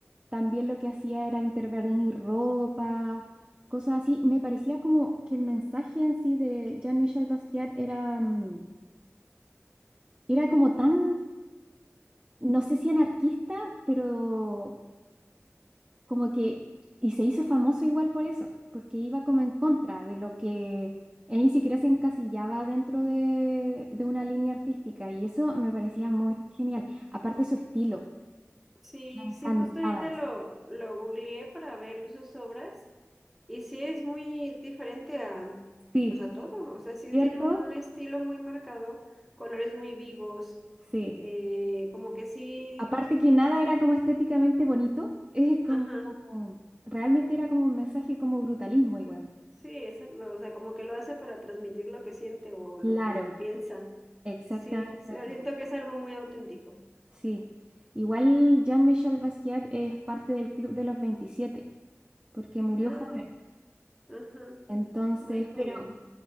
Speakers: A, on the right; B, in the centre.
A: También lo que hacía era intervenir ropa, cosas así. Me parecía como que el mensaje en sí de Jean-Michel Basquiat era, mm, era como tan, no sé si anarquista, pero como que, y se hizo famoso igual por eso, porque iba como en contra de lo que él ni siquiera se encasillaba dentro de, de una línea artística, y eso me parecía muy genial. Aparte su estilo,
B: Sí,
A: me Sí. encantaba
B: sí, justo ahorita
A: eso.
B: lo, lo googleé para ver sus obras y sí es muy diferente a,
A: Sí,
B: pues a todo, o sea, sí
A: ¿cierto?
B: tiene un estilo muy marcado, colores muy vivos,
A: Sí.
B: eh, como que sí,
A: Aparte que nada era como estéticamente bonito, es como,
B: ajá,
A: realmente era como un mensaje como brutalismo igual.
B: sí, exacto, o sea, como que lo hace para transmitir lo que siente o lo
A: Claro,
B: que piensa.
A: exactamente
B: Sí, sí,
A: así.
B: siento que es algo muy auténtico.
A: Sí. Igual Jean-Michel Basquiat es parte del Club de los 27 porque murió
B: Ay,
A: joven.
B: ajá,
A: Entonces,
B: muy joven.
A: pero